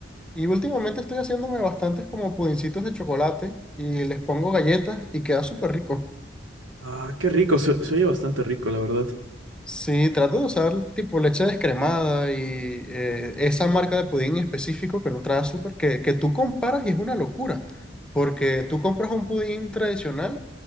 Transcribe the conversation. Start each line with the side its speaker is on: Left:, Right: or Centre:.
Centre: Y últimamente estoy haciéndome bastantes como pudincitos de chocolate y les pongo galletas y queda súper rico.
Right: Ah, qué rico, se, se oye bastante rico, la verdad.
Centre: Sí, trato de usar tipo leche descremada y eh, esa marca de pudín en específico que no trae azúcar, que, que tú comparas y es una locura, porque tú compras un pudín tradicional